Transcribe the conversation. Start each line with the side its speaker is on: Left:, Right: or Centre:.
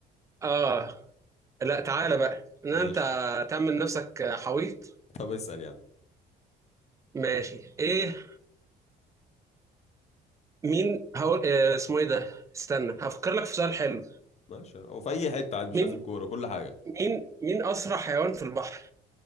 Right: اه لا تعالى بقى ان
Left: ماشي
Right: انت تعمل نفسك حويط
Left: طب اسأل يا عم
Right: ماشي ايه مين هقول آه، اسمه ايه ده استنى هفكر لك في سؤال حلو
Left: ماشي هو في اي حته عادي مش
Right: مين
Left: لازم كوره كل حاجه
Right: مين مين اسرع حيوان في البحر